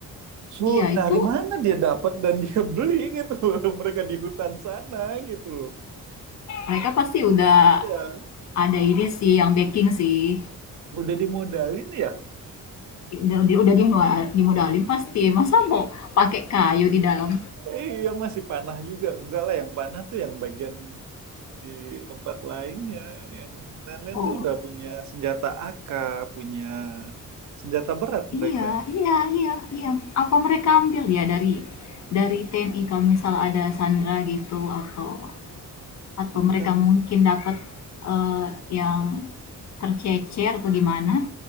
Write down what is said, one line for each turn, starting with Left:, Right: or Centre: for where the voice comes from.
Right: So,
Left: Iya,
Right: dari
Left: itu
Right: mana dia dapat dan dia beli gitu loh. <laughs> Mereka di hutan sana gitu loh.
Left: mereka pasti udah
Right: Iya.
Left: ada ini sih yang backing sih.
Right: udah dimodalin ya
Left: Udah udah, udah dimodalin pasti.
Right: <laughs>
Left: Masa mau pakai kayu di dalam?
Right: iya masih panah juga enggak lah yang panah tuh yang bagian di tempat lainnya yang lain-lain
Left: Oh,
Right: tuh udah punya senjata AK punya senjata berat mereka
Left: iya, iya, iya, iya. Apa mereka ambil ya dari dari TNI kalau misal ada Sandra gitu atau atau
Right: itu
Left: mereka
Right: kan
Left: mungkin dapat eh, yang tercecer atau gimana?